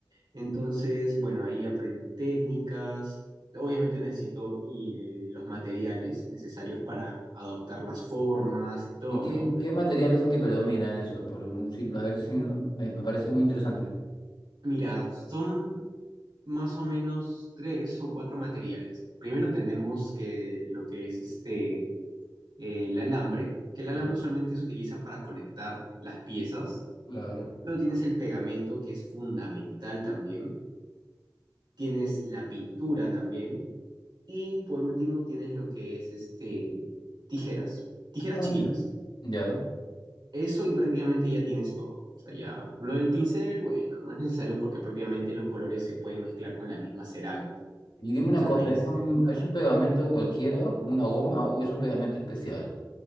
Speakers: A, on the right; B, on the left.
A: Entonces, bueno, ahí aprendí técnicas, obviamente necesito y, eh, los materiales necesarios para adoptar las formas y todo,
B: ¿Y qué,
A: ¿no?
B: qué material es el que predomina en eso? Por, un- sí, a ver si no- me, me parece muy interesante.
A: Mira, son más o menos tres o cuatro materiales. Primero tenemos que lo que es este eh, el alambre, que el alambre
B: Ujú.
A: usualmente se utiliza para conectar las piezas.
B: Claro.
A: Luego tienes el pegamento, que es fundamental también. Tienes la pintura también. Y por último tienes lo que es este, tijeras, tijeras
B: Ah,
A: chiquitas.
B: mira. Ya.
A: Eso y prácticamente ya tienes todo. O sea, ya lo del pincel, bueno, no es necesario porque prácticamente los colores se pueden mezclar con la misma cerámica.
B: Y dime
A: Entonces
B: una cosa,
A: no hay necesidad
B: ¿es un,
A: de pintarlo.
B: es un pegamento cualquiera, una goma o es un pegamento especial?